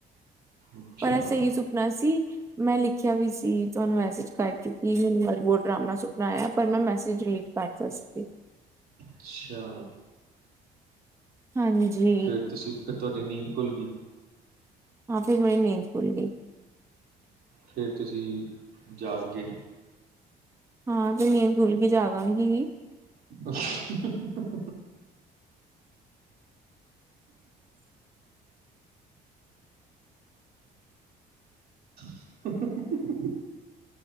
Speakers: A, on the right; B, on the right.
A: ਅੱਛਾ
B: ਪਰ ਸਹੀ ਸੁਪਨਾ ਸੀ ਮੈਂ ਲਿਖਿਆ ਵੀ ਸੀ, ਤੁਹਾਨੂੰ ਮੈਸੇਜ ਕਰਕੇ ਕਿ ਮੈਨੂੰ ਡਰਾਵਣਾ ਸੁਪਨਾ ਆਇਆ, ਪਰ ਮੈਂ ਮੈਸੇਜ ਡਿਲੀਟ ਕਰ ਤਾ ਸੀ।
A: ਅੱਛਾ।
B: ਹਾਂਜੀ।
A: ਫਿਰ ਤੁਸੀਂ ਫਿਰ ਤੁਹਾਡੀ ਨੀਂਦ ਖੁੱਲ ਗਈ
B: ਹਾਂ ਫੇਰ, ਮੇਰੀ ਨੀਂਦ ਖੁੱਲ ਗਈ।
A: ਫਿਰ ਤੁਸੀਂ ਜਾਗ ਗੇ।
B: ਹਾਂ ਜੇ ਨੀਂਦ, ਖੁੱਲ ਗਈ ਜਾਗਾਂਗੀ।
A: ਅ--ਹ ਹ ਹ ਹ ਹਹਹਹਹ